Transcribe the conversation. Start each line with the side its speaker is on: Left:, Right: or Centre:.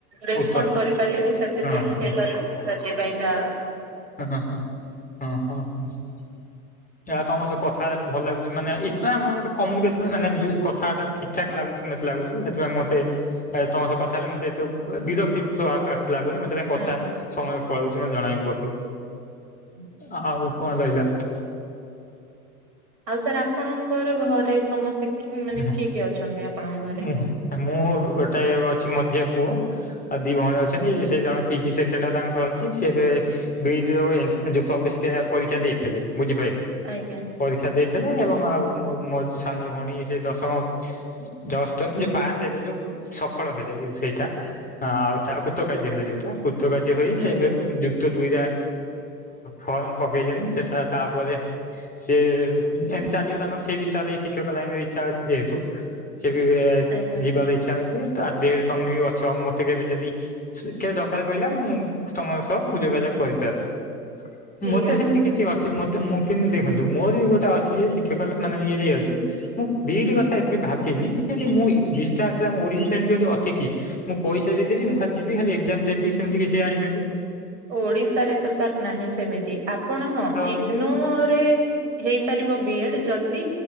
Right: ରେସପଣ୍ଡ
Left: ଉତ୍ତର
Right: କରିପାରିଲେିନି ସେଥିପାଇଁପାରି
Left: ହଁ ହଁ
Right: ସେଥିପାଇଁକା
Left: ହ ହଁ ହଁ ହଁ ହଁ ହଁ। ଆ ତମ ସହ କଥା ହେଲେ ଭଲ ଲାଗୁଚି ମାନେ ଇପା ଆମ କମ୍ୟୁନିକେସନ ମାନେ ଯୋଉ କଥାଟା ଠିକ ଠାକ୍ ଲାଗୁଛି ମତେଲାଗୁଛି ସେଥିପାଇଁ ମତେ ଆ ତମ ସହ କଥା ହେଲେ ମତେ ଏତେ ବିରକ୍ତି ପ୍ରଭଖାସ ଲାଗୁନି। ମ ତାଙ୍କ କଥା
Right: ଆଜ୍ଞା
Left: ସମୟ ପଲାଉଚି ମୋତେ ଜଣାବି ପଡୁନି
Right: <unintelligible>
Left: ଆଉ କଣ ରହିଲା।
Right: ଆଉ ସାର୍ ଆପଣଙ୍କର ଘରେ ସମସ୍ତେ ମାନେ
Left: ହ
Right: କିଏ କିଏ ଅଛନ୍ତି ଆପଣଙ୍କ ଘରେ?
Left: ହୁଁ ମୁ ମୁଁ ଗୋଟେ ଅଛି ମଝିଆ ପୁଅ ଆଉ ଦି ଭଉଣୀ ଅଛନ୍ତି ସେ ଜଣେ ପିଜି ସେକେଣ୍ଡରେ ତାଙ୍କର ସରିଛି ସେବେ ବି ଇ ଡି ର ପ୍ରବେସିକା ପରୀକ୍ଷା ଦେଇଥିଲେ ବୁଝିପାରିଲେ।
Right: ଆଜ୍ଞା।
Left: ପରୀକ୍ଷା ଦେଇଥିଲେ ଏବଂ ଆଉ ମୋ ମୋ ସାନ ଭଉଣୀ ସେ ଦଶମ ଦଶ ପାସ୍ ହେବେ ଯୋଉ ସଫଳ ହେଲେ ଯୋଉ ସେଇଟା। ହଁ ଆଉ ତା କୃତ କାର୍ଯ୍ୟ ହେଲେ ଯୋଉଟା କୃତ କାର୍ଯ୍ୟ ହେଇ ସେ
Right: ଆଜ୍ଞା
Left: ଯୁକ୍ତ ଦୁଇଟା ଫର୍ମ ପକାଇଛନ୍ତି ସେଟା ତାପରେ ସେ ଏମିତି ଚାଲିବ ତାଙ୍କର ସେ ବି ତା ଦେଇିଖ ଶିକ୍ଷକ ଲାଇନ ର ଇଚ୍ଛା ଅଛି ଯେହେତୁ ସେ ବି
Right: ଆଜ୍ଞା
Left: ଯିବାର ଇଛା ଅଛି ତ ତମେ ବି ଅଛ ମତେ କେବେ ଯଦି କେବେ ଦରକାର ପଡ଼ିଲା ମୁଁ ତମର ସହ ଯୋଗାଯୋଗ କରିପାରୁି
Right: ଠିକ
Left: ମତେ
Right: ଅଛି
Left: ସେମିତି
Right: ସାର୍
Left: କିଛି ଅଛି ମତେ ତ ମୁଁ କେମିତି ଦେଖନ୍ତୁ ମୋର ବି ଗୋଟେ ଅଛି ଯେ ଶିକ୍ଷକ ମାନେ ଇଏ ଯାଇ ଅଛି। ମୁଁ ଦ କଥା ଏବେ ଭାବିନି ମୁଡିାସ
Right: ଆଜ୍ଞା।
Left: ଓଡିଶାମତିତି ଅଛି କି? ମୁଁ ପଇସା ଦେଇଦବିଁ ଖାଲି ଯିବି ଖାଲି ଏକ୍ଜାମ ଦେବି ସେମିତି କିଛି ଜାଣିଛନ୍ତି?
Right: ଓଡିଶାରେ ତ ସାର୍ ନାହିଁ ସେମିତି ଆପଣ ହଁ
Left: ଆନ୍ଦ
Right: ଇଗନୋରରେ ହେଇପାରିବ ବି ଏଡ୍ ଯଦି